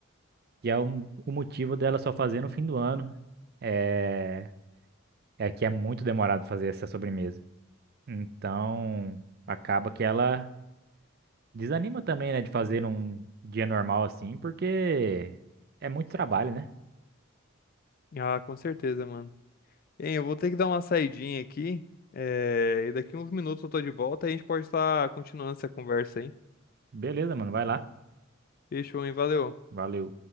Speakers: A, on the right; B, on the left.
A: que é um- o motivo dela só fazer no fim do ano é, é que é muito demorado fazer essa sobremesa. Então, acaba que ela desanima também, né, de fazer num dia normal assim, porque é muito trabalho, né?
B: Ah, com certeza, mano. Hein, eu vou ter que dar uma saidinha aqui. eh, E daqui uns minutos eu tô de volta. A gente pode estar continuando essa conversa aí.
A: Beleza, mano, vai lá.
B: Fechou, hein? Valeu.
A: Valeu.